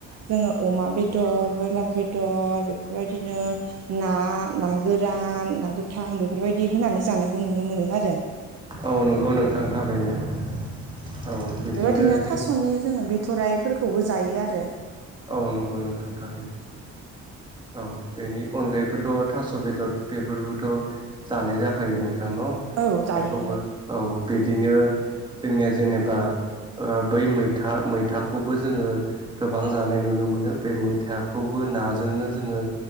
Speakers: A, on the right (about 55°); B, on the right (about 15°).
A: जोङो अमा बेदर बयलार बेदर बेफोरबायदिनो ना ना गोरान ना गोथां बेफोरबायदि होनानै जानायखौ नुनो मोनो आरो।
B: औ नंगौ नोंथां थारैनो औ बिदिनो
A: बेबायदिनो
B: जों
A: <unintelligible> जोङो बिथ थराइफोरखौबो जायो आरो।
B: औ नंगौ नोंथां थारैनो। औ बेनि अनगायैबोथ' थास' बेदर बेफोरबोथ' जानाय जाखायो नों थां न'
A: औ जायो
B: बेखौबो औ बिदिनो जोंनिया जेनेबा ओ बै मैथा मैथाखौबो जोङो गोबां जानाय नुनो मोनो बे मैथाखौबो नाजोंनो जोङो